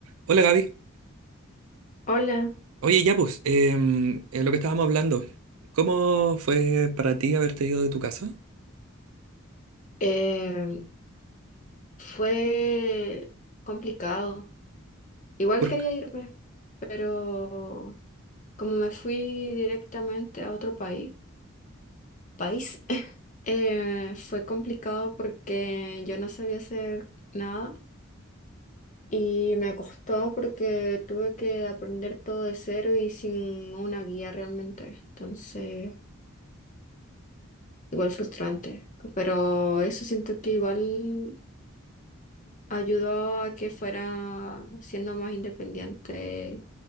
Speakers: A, on the right; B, on the left.
A: Hola Gaby.
B: Hola,
A: Oye, ya pues, em, en lo que estábamos hablando, ¿cómo fue para ti haberte ido de tu casa?
B: eh, fue complicado. Igual
A: Porque,
B: quería irme, pero como me fui directamente a otro país, país, <laughs> eh, fue complicado porque yo no sabía hacer nada y me costó porque tuve que aprender todo de cero y sin una guía realmente. Entonces, igual frustrante. Pero eso siento que igual ayudó a que fuera siendo más independiente,